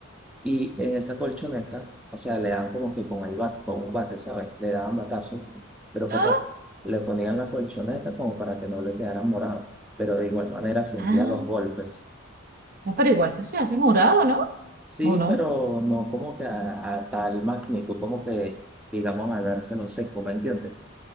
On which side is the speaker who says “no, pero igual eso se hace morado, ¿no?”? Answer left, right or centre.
Right